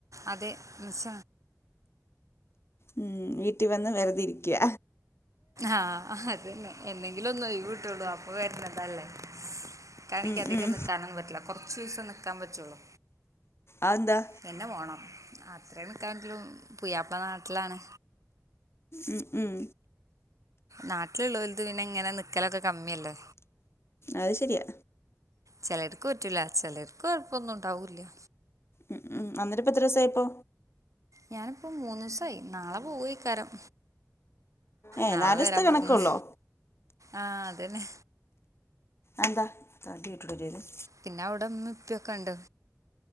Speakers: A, on the right; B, on the left.
A: അതെ നിച്ച
B: ഉം വീട്ടിൽ വന്ന് വെർതെ ഇരിക്യ
A: ആഹ് അതന്നെ എന്നെങ്കിലും ഒന്ന് ഒയിവ്ട്ടൊള്ളൂ. അപ്പൊ വര്ന്നതല്ലേ ഇക്കാണെങ്കി
B: ഉം
A: അധികം
B: ഉം
A: നിക്കാനൊന്നും പറ്റില്ല. കൊറ്ച്ചൂസം നിക്കാൻ പറ്റൊള്ളൂ
B: അതെന്താ
A: പിന്നെ പോണം അ ത്രേ നിക്കാൻറ്റുള്ളൂ പുയ്യാപ്ല നാട്ടിലാണ്
B: ഉം ഉം
A: നാട്ടില്ള്ളോൽത് പിന്നെങ്ങനെ നിക്കലൊക്കെ കമ്മിയല്ലേ
B: അത് ശെരിയാ.
A: ചെലർക്ക് പറ്റൂല. ചെലർക്ക് കൊഴപ്പൊന്നുംണ്ടാവൂല്യ.
B: ഉം ഉം, വന്നിട്ട് പ്പൊ എത്ര ദിവസായിപ്പോ
A: ഞാനിപ്പോ മൂന്നൂസായി. നാളെ പോവൊയ്കാരം
B: ഏ
A: നാളെ
B: നാല് ദിവസത്തെ
A: വരാൻ
B: കണക്കുള്ളോ
A: പറഞ്ണ്ണ് ആഹ് അതന്നെ
B: അതെന്താ <unintelligible>
A: പിന്നെ അവ്ടെ മ്മീം പ്പിംഒക്കെണ്ട്‌